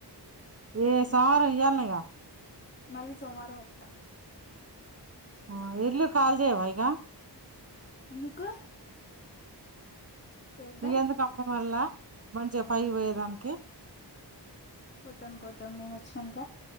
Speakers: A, on the right; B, on the left.
A: ఏ సోమవారం ఇయ్యాలనేగా
B: మళ్లీ స్ సోమారం ఒత్త
A: ఆ ఎల్లు కాల్ చెయ్యవా ఇగ
B: ఎందుకు చేద్దాం
A: ఇగ్ ఎందుకమ్మ మళ్ళా మంచిగ పైకి పొయ్యే దానికి
B: పోతాం పోతాం నేను వచ్చినంక